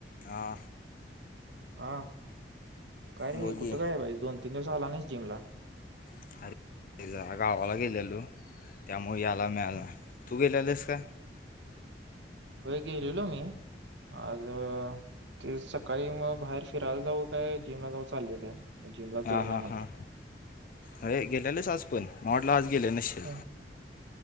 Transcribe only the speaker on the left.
हा.
बोल की
अरे जरा गावाला गेलेलो त्यामुळे यायला मिळाल ना तू गेलेलस का?
हां
हां
हां अरे गेलेलेच आज पण म वाटलं आज गेलेल नसशील.